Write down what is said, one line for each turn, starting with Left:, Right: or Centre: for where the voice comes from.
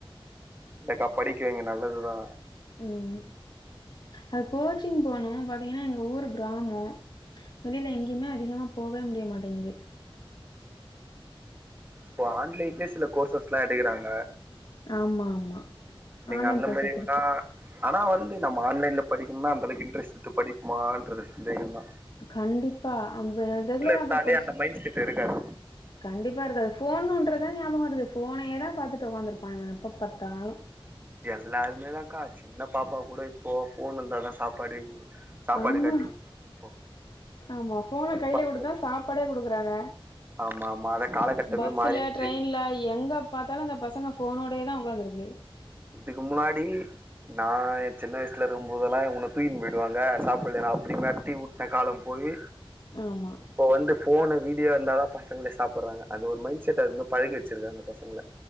Right: இல்லக்கா படிக்க வெய்ங்க நல்லதுதா
Left: ம் அது கோச்சிங் போனோ பாத்தீங்னா எங்க ஊர் கிராமோ வெளியில எங்கேயுமே அதிகமா போவே முடிய மாட்டேங்குது
Right: இப்ப ஆன்லைன்லயே சில கோர்சஸ்ல்லா எடுக்கறாங்க
Left: ஆமா ஆமா
Right: நீங்க
Left: ஆன்லைன்
Right: அந்த
Left: கோர்சஸ்
Right: மாரி வேணா
Left: இருக்கு
Right: ஆனா வந்து நம்ம ஆன்லைன்ல படிக்கனுனா அந்தளவுக்கு இன்ட்ரஸ்ட்டு படிப்பமான்றது சந்தேகம்தா
Left: கண்டிப்பா அது ரெகுலரா
Right: இருந்தாலே
Left: போய் படிச்சு
Right: அந்த மைண்ட் செட் இருக்காது
Left: கண்டிப்பா இருக்காது ஃபோன் னோன்றதா ஞாபககோ வருது ஃபோனேதா பாத்துட்டு உக்காந்துருப்பா எப்ப பாத்தாலு
Right: எல்லாருமே தக்கா சின்ன பாப்பா கூடோ இப் ப்போ போன் வந்தாதா சாப்பாடு சாப்பாடு
Left: ஆமா
Right: காட்டி வுற்றாங்க இப்போ
Left: ஆமா போன கையில
Right: பாக்க
Left: குடுத்தா
Right: வச்சுதான்
Left: சாப்பாடே குடுக்குறாங்க
Right: ஆமா ஆமா அத காலகட்டமே
Left: பஸ்ல
Right: மாறிடுச்சு
Left: ட்ரெயின்ல எங்க பார்த்தாலு அந்த பசங்க ஃபோனோடே தா உக்காந்துருக்கு
Right: இதுக்கு முன்னாடி நா எ சின்ன வயசுல இருக்கு போதெல்லா உன்ன தூக்கின் போயிடுவாங்க சாப்டலனா அப்டி மெரட்டி ஊ என் காலம் போயி
Left: ஆமா
Right: இப்போ வந்து போனு வீடியோ வந்தாதா பசங்களே சாப்பற்றாங்க அது ஒரு மைண்ட செட் அது பழகி வச்சிருக்காங்க பசங்ள